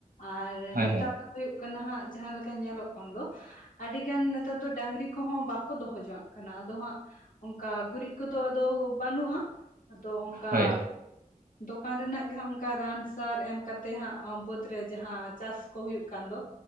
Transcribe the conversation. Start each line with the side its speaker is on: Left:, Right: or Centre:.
Left: ᱟᱨ
Right: ᱦᱳᱭ
Left: ᱱᱮᱛᱟᱨ
Right: ᱦᱳᱭ
Left: ᱦᱩᱭᱩᱜ ᱠᱟᱱᱟ ᱦᱟᱸᱜ ᱡᱟᱦᱟᱸ ᱞᱮᱠᱟ ᱧᱮᱞᱚᱜ ᱠᱟᱱ ᱫᱚ, ᱟᱹᱰᱤᱜᱟᱱ ᱱᱮᱛᱟᱨ ᱫᱚ ᱰᱟᱝᱨᱤ ᱠᱚ ᱦᱚᱸ ᱵᱟᱠᱚ ᱫᱚᱦᱚ ᱡᱚᱝ-ᱟᱜ ᱠᱟᱱᱟ᱾ ᱟᱫᱚ ᱦᱟᱸᱜ ᱚᱱᱠᱟ ᱜᱩᱨᱤᱡ ᱠᱚ ᱫᱚ ᱟᱫᱚ ᱵᱟᱹᱱᱩᱜᱼᱟ᱾ ᱟᱫᱚ ᱚᱱᱠᱟ
Right: ᱦᱳᱭ
Left: ᱫᱚᱠᱟᱱ ᱨᱮᱱᱟᱜ ᱜᱮ ᱦᱟᱸᱜ ᱚᱱᱠᱟ ᱨᱟᱱ ᱥᱟᱨ ᱮᱢ ᱠᱟᱛᱮᱜ ᱦᱟᱸᱜ ᱵᱟᱹᱫᱽ ᱨᱮ ᱡᱟᱦᱟᱸ ᱪᱟᱥ ᱠᱚ ᱦᱩᱭᱩᱜ ᱠᱟᱱ ᱫᱚ,